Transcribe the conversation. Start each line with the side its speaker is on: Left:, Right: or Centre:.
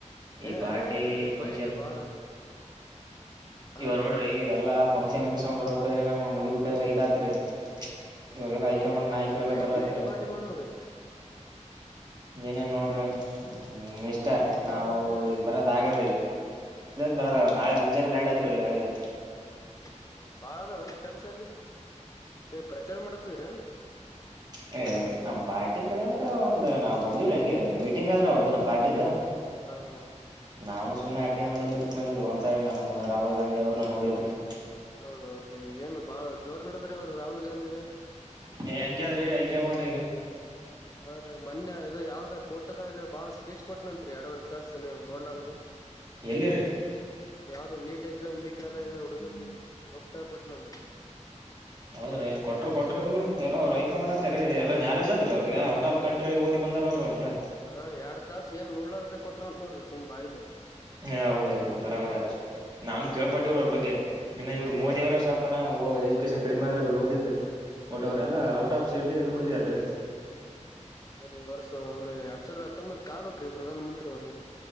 Right: ಈ
Left: ಏ
Right: ಪಾರ್ಟಿ
Left: ಅಲ್ಲಿ ಐತಲ್ರರಿ
Right: ಫಂಕ್ಷನ್
Left: ಫ್ಲೈಟ್ ಬಾಳ ಹ
Right: ಇವ ನೋಡ್ರಿ ಇಲ್ಲಾ ಫಂಕ್ಷನ್ ಮುಗಸ್ಕೊಂಡ್ ಬರ್ಬೇಕಾದ್ರಿ ನಾವ ಮುಗಿಬೇಕಾದ್ರೆ ಇದ್ರರಾದ್ರಿ
Left: ಹೌದೌದ್ರಿ
Right: ಇವಾಗೆಲ್ಲ ಹೈಕಮಾಂಡ್ ನಾಯಕರೆಲ್ಲ
Left: ನೈಟ್
Right: ಬರ್ಲತ್ತಾರೆ
Left: ನೈಟ್ ಪಾರ್ಟಿ ಮಾಡವ್ರಿ
Right: ಏನೇನ್ ನೋಡ್ರಿ ಮತ್ತೆ ನಿಮ್ ಇಷ್ಟ
Left: ನೈಟ್
Right: ನಾವು
Left: ಮಾಡಮ್ರಿ
Right: ಬರೋದ ಆಗಲ್ ಬರಲ್ಲ ನಾಳೆ ಮುಜೆ ಲ್ಯಾ ಆಯ್ತಿರ ಯ ಹಾಗೆ
Left: ಹೌದರಿ ಬಾಳ ಅದನ್ ಕೆಲ್ಸಲ್ಲಿ ಏ ಪ್ರಚಾರ ಮಾಡಕೋಗರನ್
Right: ಹೇಳಏರಿ ನಮ್ ಪಾರ್ಟಿ ಕಡಿಂದ ಒಂದ್ ನಾವ್ ಬಂದಿವವ್ರಿ ಹೆಂಗೆ ಮೀಟಿಂಗ್ ಆದ್ರೆ ಅವ್ರದ್ದು ನಮ್ ಪಾರ್ಟಿದ
Left: ಹಾ ಹಾ
Right: ನಾವನು ಸುಮ್ಮನೆ ಅಟೆಂಡ್ ಮಾಡಿದರ ಬಂದಿವರಿ ಒಂದ್ಸರಿ ನಮ್ಮ ರಾುಲ್ ಗಾಂಧಿ ಅವ್ರನ ನೋಡಿಲ್ರರಿ
Left: ಹೌದೌದ್ರಿ ಏನ್ ಬಾಳ ಜೋರ್ ನಡದ್ರ ಅವ್ರ ರಾಹುಲ್ ಗಾಂಧ
Right: ಹಂಗಾದ್ರೀ ಐಕಮೌಟ್
Left: ಹಾ ರೀ ಮೊನ್ರರೇ ಇದು ಯಾವ್ದ ಕೊಟದಾಗ ಬಾಳ ಸ್ಪೀಚ್ ಕೊಟ್ನಂತ ಎರಡವ ತಾಸ ನೋಡ್ಲಾರ
Right: ಎಲ್ಲಿರಿ
Left: ಯಾವ್ದ ನೀಟ್ ಎಕ್ಸಾಮ್ ಲೀಕ್ ಆದಾಗ ಹುಡುಗರಿ ದೋಸ್ತ ಕೊಟ್ಟನಂದ್ರ
Right: ಹೌದ್ರೀ ಕೊಟ್ಟರು ಕೊಟ್ಟರ್ಬದ್ರ ಮತ್ತೆ ಎಲ್ಲ ಅವ್ರ ಹೈಕಾ ಆತಾರೆ ಎಾಯಾಲಜ್ತ್ರಿ ಅವ್ರಿಗೆ ಔಟ್ ಆಫ್ ಕಂಟ್ರ ಓದಿ ಅಂದರ್ ಅವರು ಅವರುಲ್ಲ
Left: ಹಾ ಎರಡ್ ತಾಸ ಏನ್ ನೋಡಲಾರದ ಕೊಟ್ರಂತ ನೋಡ್ರಿ ಸು ಬಾಯಿಲಿ
Right: ಹಏ ಹೌದ್ ಹೌದ್ರ ಬರಾಬರ್ ಆದ್ರರಿ ನಾನ್ ಕೇಳ್ಪಟ್ಟರು
Left: ಅದೇ
Right: ಅವ್ರ ಬಗ್ಗೆ ಇನ್ನು ಇವ್ರು
Left: ಹಾ
Right: ಮೋದಿ
Left: ರೀ
Right: ಅವರ ಸ್ವಲ್ಪನ ಲೊಕೇಶನ್ ಕಡಿಮೆ ಆದ್ರೆ ಅವ್ರು ಓದಿದ್ದು ಒಟ್ಟವ್ರ
Left: ಹಾ
Right: ಎಲ್ಲ
Left: ರೀ
Right: ಔಟ್ ಆಫ್ ಸೀಟ್ ಎಲ್ಲಿ ಓದಾರೀ
Left: ಅದ ರೀ ಈ ವರ್ಷ ಒಂದ್ ಎರಡ್ ಸಾವಿರದ ಹತ್ತೊಂಬತ್ಕ್ ಆಗ್ಬೇಕ್ರೀ ಪ್ರಧಾನ ಮಂತ್ರಿ ಅವ್ರು